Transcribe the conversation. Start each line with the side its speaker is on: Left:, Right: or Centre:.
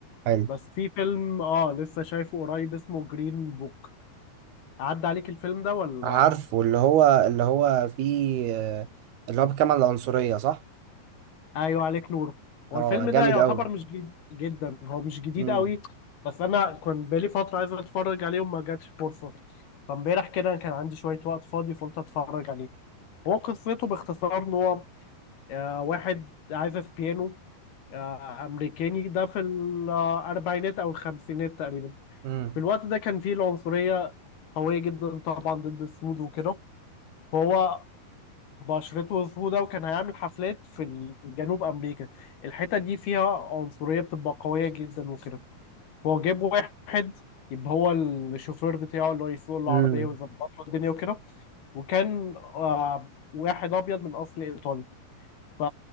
Right: حلو
Left: بس في فيلم اه لسه شايفه قريب اسمه جرين بوك عدى عليك الفيلم ده ولا
Right: عارف واللي هو اللي هو فيه آه، اللي هو بيتكلم عن العنصرية صح
Left: ايوه عليك نور
Right: اه
Left: هو الفيلم ده
Right: جامد
Left: يعتبر
Right: قوي
Left: مش جديد جدا هو مش جديد
Right: امم
Left: قوي بس انا كان بقالي فتره عايز اتفرج عليه وما جاتش فرصه فامبارح كده كان عندي شويه وقت فاضي فقلت اتفرج عليه هو قصته باختصار ان هو آه، واحد عازف بيانو آه، امريكاني ده في الاربعينات او الخمسينات تقريبا
Right: امم
Left: في الوقت ده كان فيه العنصريه قويه جدا طبعا ضد السود وكده فهو بشرته سودة وكان هيعمل حفلات في جنوب امريكا الحته دي فيها عنصريه بتبقى قويه جدا وكده فهو جاب واحد يبقى هو الشوفير بتاعه اللي هو يسوق العربيه
Right: امم
Left: ويظبط له الدنيا وكده وكان آه، واحد ابيض من اصل ايطالي ف